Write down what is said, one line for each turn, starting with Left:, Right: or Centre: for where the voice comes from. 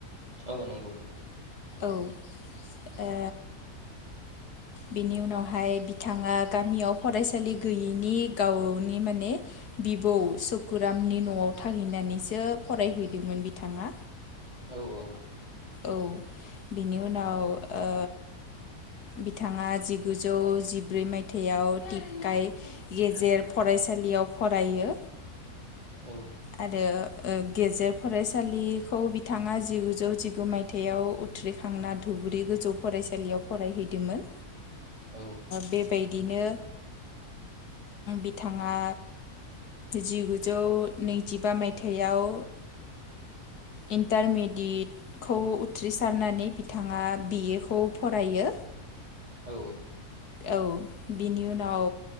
Right: औ नंगौ
Left: औ ए बिनि उनावहाय बिथाङा गामियाव फरायसालि गैयैनि गावनि माने बिबौ सुकुरामनि न'आव थाहैनानैसो फरायहैदोंमोन बिथाङा
Right: औ औ
Left: औ बिनि उनाव ओ बिथाङा जिगुजौ जिब्रै मायथाइयाव टिपकाय गेजेर फरायसालियाव फरायो।
Right: औ
Left: आरो गेजेर फरायसालिखौ बिथाङा जिगुजौ जिगु मायथाइयाव उथ्रिखांना धुब्रि गोजौ फरायसालियाव फरायहैदोंमोन
Right: औ
Left: बेबायदिनो बिथाङा जिगुजौ नैजिबा मायथाइयाव इन्टारमेडियेटखौ उथ्रिसारनानै बिथाङा बिए खौ फरायो
Right: औ
Left: औ बिनि उनाव